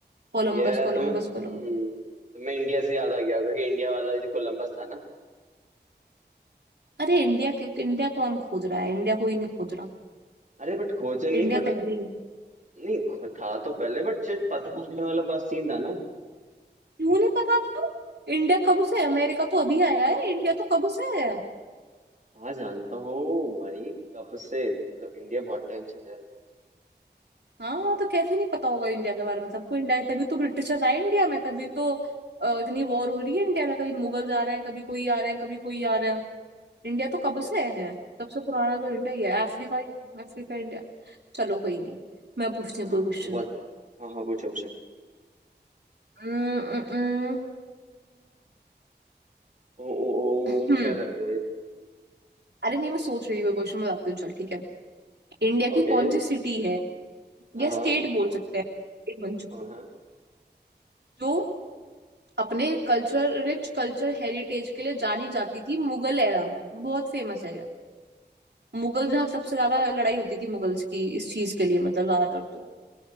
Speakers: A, on the right (about 75°); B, on the right (about 45°).
A: Columbus
B: यह
A: Columbus
B: तुम्हें हम्म,
A: Columbus
B: तुम्हें इंडिया से याद आ गया होगा कि इंडिया वाला जो कोलंबस था ना
A: अरे इंडिया के इंडिया कौन खोज रहा है इंडिया कोई नहीं खोज रहा
B: अरे बट खोजन नहीं
A: इंडिया
B: बट
A: पहले ही है
B: नहीं खो- था तो पहले बट शायद पता लगने वाला बात सीन था ना
A: क्यों नहीं पता था इंडिया कब से है? अमेरिका तो अभी आया है इंडिया तो कब से है
B: हाँ जानता हूँ भाई कब से मतलब इंडिया बहुत टाइम से है
A: हाँ तो कैसे नहीं पता होगा इंडिया के बारे में सबको इंडिया तभी तो ब्रिटिशर्स आए इंडिया में तभी तो अ, इतनी वॉर हो रही है इंडिया में कभी मुगल आ रहे हैं कभी कोई आ रहे हैं कभी कोई आ रहे हैं इंडिया तो कब
B: यस
A: से है सबसे पुराना तो
B: यस
A: इंडिया ही है अफ्रीका Africa India चलो कोई नहीं मैं पूछती हूँ
B: हाँ
A: कोई
B: हाँ,
A: क्वेश्चन
B: वो बात तो है हाँ हाँ पूछो पूछो
A: हम्म
B: ओ, ओ,
A: हम्म,
B: ओ, क्या कर रही हो ये
A: अरे नहीं मैं सोच रही थी कोई क्वेश्चन बताती हूँ चल ठीक है इंडिया की
B: ओके
A: कौन सी सिटी है
B: हाँ
A: या
B: हाँ
A: स्टेट बोल सकते हैं स्टेट बन चुकी
B: हाँ
A: है
B: हाँ
A: जो अपने कल्चर रिच कल्चर हेरिटेज के लिए जानी जाती थी मुगल एरा में बहुत फेमस है ये मुगल जहाँ सबसे ज्यादा लड़ाई होती थी मुगल्स की इस चीज के लिए मतलब ज्यादातर तो